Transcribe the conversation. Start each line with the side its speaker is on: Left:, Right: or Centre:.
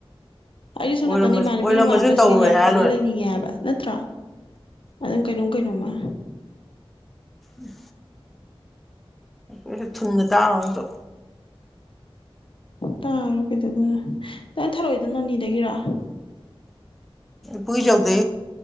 Left: ꯑꯩ
Centre: ꯑꯣꯏꯔꯝꯃ
Left: ꯁꯣꯝ ꯅꯥꯀꯅꯤ ꯏꯃꯥꯟꯅꯕꯤ
Centre: ꯑꯣꯏꯔꯝꯃꯁꯨ
Left: ꯏꯃꯥꯟꯅꯕꯁꯤꯡꯒ
Centre: ꯇꯧꯔꯣꯏ
Left: ꯌꯥ
Centre: ꯍꯥꯏꯔ
Left: ꯍꯒꯠꯂ
Centre: ꯂꯣꯏꯔꯦ
Left: ꯂꯩꯅꯤꯡꯉꯦ ꯍꯥꯏꯕ ꯅꯠꯇ꯭ꯔꯣ ꯑꯗꯨꯝ ꯀꯩꯅꯣꯝ ꯀꯩꯅꯣꯃ
Centre: ꯎꯝ ꯑꯣꯏꯠ ꯊꯨꯅ ꯇꯥꯔꯣ ꯑꯗꯣ
Left: ꯇꯥꯔꯣ ꯀꯩꯗꯗꯅ ꯅꯪ ꯊꯔꯣꯏꯏꯗ ꯅꯣꯅꯤꯗꯒꯤꯔ
Centre: ꯄꯨꯈꯤꯁ ꯆꯜꯗ